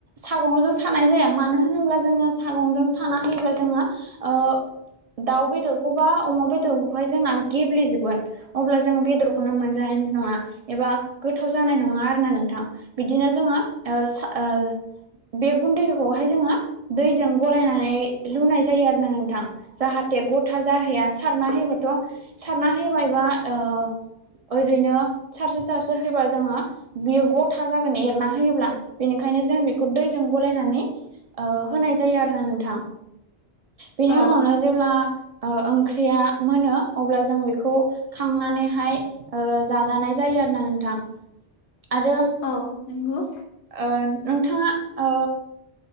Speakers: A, on the right; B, on the left.
A: सागंजों सा नाय जाया मानो होनोब्ला जोङो सागंजों साना होयोब्ला जोङो
B: <inaudible>
A: ओ दाउ बेदरखौबा अमा बेदरखौहाय जोंना गेब्लेेजोबगोन अब्ला जोङो बेदरखौनो मोनजानाय नङा एबा गोथाव जानाय नङा आरो ना नोंथां। बिदिनो जोङो ओ सा ओ बे गुन्दैखौहाय जोङो दैजों गलायनानै लुनाय जायो आरो नोंथां। जाहाथे गथा जाहैया सारना होयोबाथ' सारना होबायबा ओ ओरैनो सारसो सारसो होयोब्ला जोङो बेयो गथा जागोन एरना होयोब्ला बेनिखाय नो जों बेखौ दैजों गलायनानै होनाय जायो आरो ना नोंथां। बेनि
B: औ
A: उनावनो जेब्ला ओ ओंख्रिया मोनो अब्ला जों बेखौ खांनानैहाय ओ जाजानाय जायो आरो ना नोंथां।
B: <inaudible>
A: आरो
B: औ नंगौ।
A: ओ नोंथाङा ओ